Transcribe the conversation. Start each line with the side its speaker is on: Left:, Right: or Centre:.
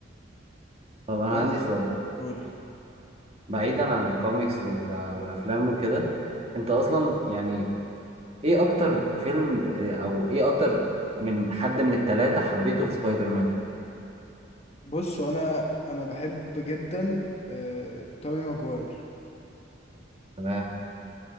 Right: طب انا
Left: بس
Right: عندي سؤال
Left: قول
Right: بعيدا عن الكوميكس وال- والافلام وكده انت اصلا يعني ايه اكتر فيلم آه، او ايه اكتر من حد من التلاتة حبيته في سبايدر مان
Left: بص انا انا بحب جدا آه، توبي ماجواير
Right: تمام